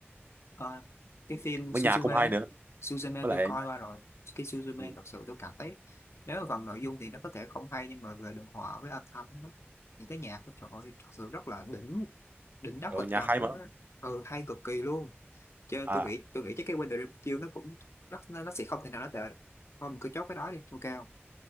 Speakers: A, on the left (about 85°); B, on the right (about 45°).
A: Ờ, cái phim
B: với
A: Suzume
B: nhà cũng hay
A: á,
B: nữa
A: Suzume
B: với
A: tôi
B: lại
A: coi qua rồi cái Suzume
B: ừ,
A: thật sự tôi cảm thấy nếu mà phần nội dung thì nó có thể không hay nhưng mà về đồ họa với âm thanh nó những cái nhạc của trời ơi, thật sự rất là đỉnh đỉnh đáp
B: ờ,
A: kịch
B: nhà
A: trần
B: hay
A: luôn
B: mà
A: á ừ hay cực kỳ luôn chứ
B: à
A: tôi nghĩ tôi nghĩ chắc cái Wonder Review nó cũng nó, nó sẽ không thể nào nó tệ được. thôi mình cứ chốt cái đó đi ok không